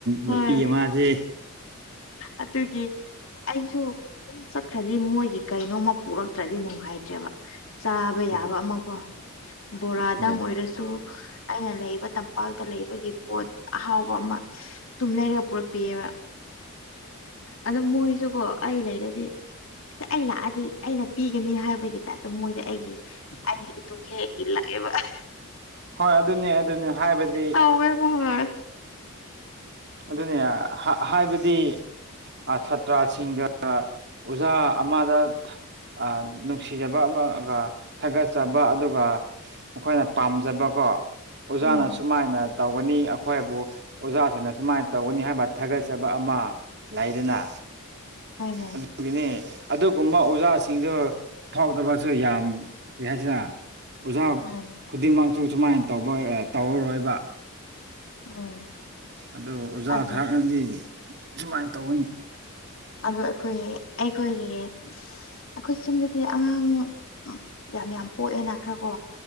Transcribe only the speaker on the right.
ꯅꯨꯄꯤ ꯑꯃꯁꯦ
ꯍꯣꯏ
ꯍꯣꯏ
ꯍꯣꯏ ꯑꯗꯨꯅꯦ ꯑꯗꯨꯅꯤ ꯍꯥꯏꯕꯗꯤ
ꯑꯗꯨꯅꯦ ꯍꯥꯏꯕꯗꯤ ꯁꯥꯇ꯭ꯔꯥꯁꯤꯡꯒ ꯑꯣꯖꯥ ꯑꯃꯗ ꯑ ꯅꯨꯡꯁꯤꯖꯕ ꯑꯃ ꯒ ꯊꯥꯒꯠꯆꯕ ꯑꯗꯨꯒ ꯃꯈꯣꯏꯅ ꯄꯥꯝꯖꯕꯀꯣ ꯑꯣꯖꯥꯅ
ꯁꯨꯃꯥꯏꯅ ꯇꯧꯒꯅꯤ ꯑꯩꯈꯣꯏꯕꯨ ꯑꯣꯖꯥꯁꯤꯅ ꯁꯨꯃꯥꯏꯅ ꯇꯧꯒꯅꯤ ꯍꯥꯏꯕ ꯊꯥꯒꯠꯆꯕ ꯑꯃ ꯂꯩꯗꯅ
ꯑꯗꯨꯒꯤꯅꯦ ꯑꯗꯨꯒꯨꯝꯕ ꯑꯣꯖꯥꯁꯤꯡꯗꯨ ꯐꯥꯎꯗꯕꯁꯨ ꯌꯥꯝ ꯀꯔꯤ ꯍꯥꯏꯁꯤꯅ ꯑꯣꯖꯥ
ꯈꯨꯗꯤꯡꯃꯛꯁꯨꯨ ꯁꯨꯃꯥꯏꯅ ꯇꯧꯕ ꯇꯧꯔꯔꯣꯏꯕ
ꯑꯗꯨ ꯑꯣꯖꯥ
ꯈꯔꯅꯗꯤ ꯁꯨꯃꯥꯏꯅ ꯇꯧꯒꯅꯤ